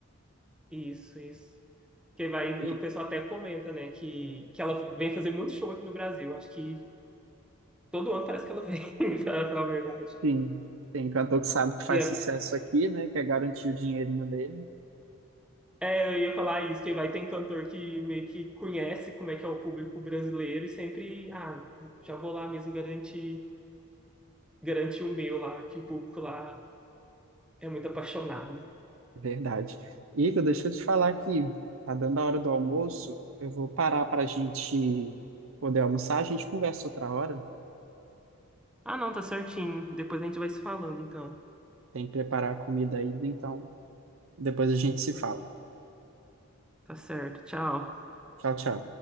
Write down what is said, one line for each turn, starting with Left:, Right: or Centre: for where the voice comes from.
Centre: Isso, isso. Que vai,
Right: E,
Centre: o pessoal até comenta, né, que, que ela vem fazer muito show aqui no Brasil. Acho que todo ano parece que ela vem, <laughs> pra falar a verdade.
Right: sim, tem cantor que sabe que faz
Centre: E é,
Right: sucesso aqui, né? Quer garantir o dinheirinho dele.
Centre: é, eu ia falar isso, que vai, tem cantor que meio que conhece como é que é o público brasileiro e sempre, ah, já vou lá mesmo garantir, garantir o meu lá, que o público lá é muito apaixonado.
Right: Verdade. Igor, deixa eu te falar que tá dando a hora do almoço. Eu vou parar para a gente poder almoçar. A gente conversa outra hora.
Centre: Ah, não, tá certinho. Depois a gente vai se falando, então.
Right: Tem que preparar a comida ainda, então depois a gente se fala.
Centre: Tá certo. Tchau.
Right: Tchau, tchau.